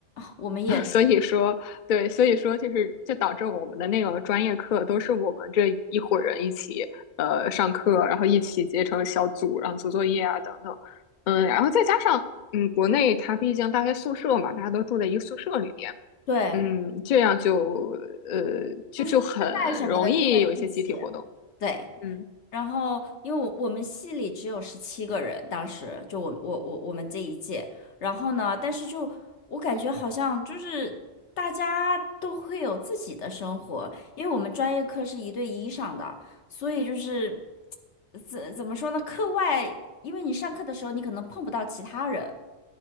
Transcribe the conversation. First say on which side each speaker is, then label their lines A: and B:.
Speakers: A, on the left; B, on the left.
A: 我们也
B: <laughs> 所以说对，所以说就是就导致我们的那个专业课都是我们这一伙人一起呃上课，然后一起结成小组，然后做作业啊等等，嗯，然后再加上嗯国内它毕竟大学宿舍嘛，大家都住在一个宿舍里面，
A: 对。
B: 嗯，这样就呃就就很容易有一些集体活动，
A: 吃饭什么的就会一起。对，
B: 嗯。
A: 然后因为我我们系里只有十七个人，当时就我我我我们这一届，然后呢，但是就我感觉好像就是大家都会有自己的生活，因为我们专业课是一对一上的，所以就是怎怎么说呢，课外因为你上课的时候你可能碰不到其他人，